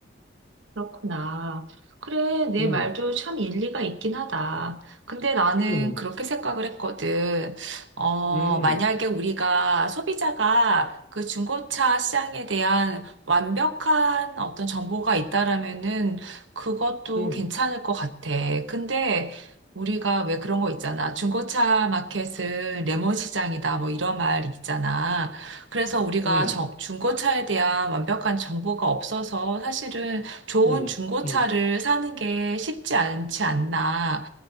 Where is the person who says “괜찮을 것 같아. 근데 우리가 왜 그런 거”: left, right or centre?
Right